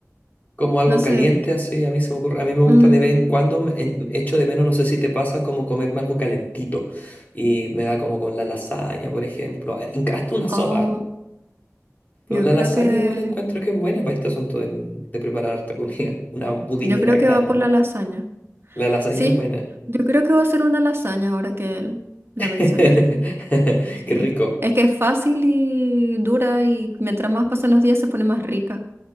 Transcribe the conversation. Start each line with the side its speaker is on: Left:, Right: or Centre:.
Left: Como algo
Right: No sé.
Left: caliente, así, a mí se me ocurre. A mí me gusta
Right: Mm,
Left: de vez en cuando, me- en- echo de menos, no sé si te pasa, como comerme algo calentito. Y me da como con la lasaña, por ejemplo. a- inc- Hasta una sopa.
Right: oh,
Left: Pero
Right: yo
Left: la
Right: creo
Left: lasaña
Right: que,
Left: igual encuentro que es buena para este asunto del- de, preparar harta comida. <laughs> Una budinera
Right: yo creo
Left: grande.
Right: que va por la lasaña.
Left: La lasaña
Right: Sí,
Left: es buena.
Right: yo creo que va a ser una lasaña ahora que l- la
Left: <laughs>
Right: mencionaste. Sí.
Left: Qué rico.
Right: Es que es fácil y dura y mientras más pasan los días se pone más rica.